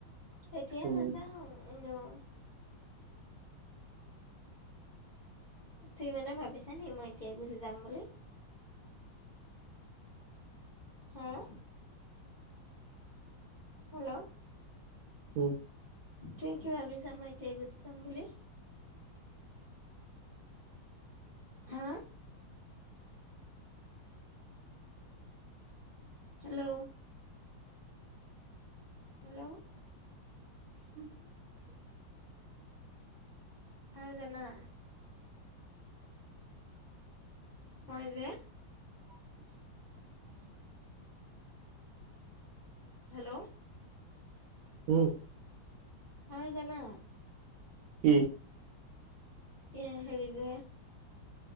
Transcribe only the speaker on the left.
এতিয়া
নাযাওঁ এনেও। তুমি মানে ভাবিছা নি মই এতিয়া গুচি যাম বুলি? হুম, হেল্ল'?
তুমি কিয় ভাবিছা মই এতিয়াই গুচি যাম বুলি? হা? হেল্ল'? হেল্ল'?
আৰু জানা মই যে
হেল্ল'?
আৰু জানা!
এ হেৰী যে